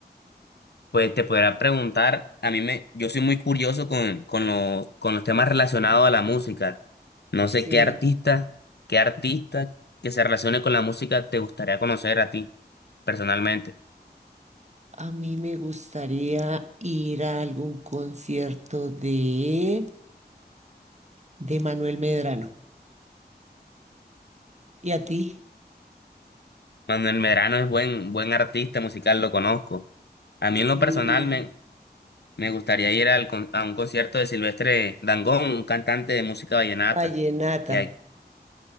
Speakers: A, on the left (about 70°); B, on the right (about 40°).
A: Pues te podrá preguntar, a mí me, yo soy muy curioso con, con, lo- con los temas relacionados a la música. No
B: Sí.
A: sé qué artista, qué artista que se relacione con la música te gustaría conocer a ti, personalmente.
B: A mí me gustaría ir a algún concierto de, de Manuel Medrano. ¿Y a ti?
A: Manuel Medrano es buen, buen artista musical, lo conozco. A mí en
B: Sí.
A: lo personal me, me gustaría ir al, con- a un concierto de Silvestre Dangond, un cantante de música vallenata,
B: Vallenata.
A: que hay,